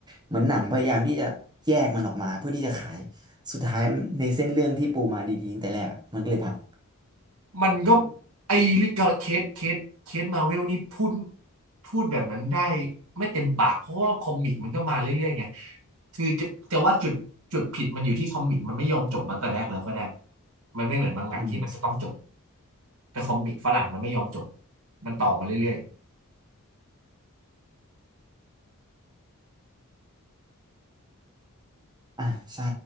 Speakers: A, on the right; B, on the right.
A: เหมือนหนังพยายามที่จะแยกมันออกมาเพื่อที่จะขายสุดท้ายในเส้นเรื่องที่ปูมาดีๆตั้งแต่แรกอะมันก็เลยพัง
B: มันก็ไอ้เรืเคสเคสเคสมาเวลนี่พูดพูดแบบนั้นได้ไม่เต็มปากเพราะว่าคอมิกมันก็มาเรื่อยๆไงคือจะจะว่าจุดจุดผิดมันอยู่ที่คอมิกมันไม่ยอมจบมาแต่แรกแล้วก็ได้มันไม่เหมือนมังงะที่มันจะต้องจบ
A: อืม
B: แต่คอมิกฝรั่งมันไม่ยอมจบมันต่อมาเรื่อยๆ
A: อ่ะใช่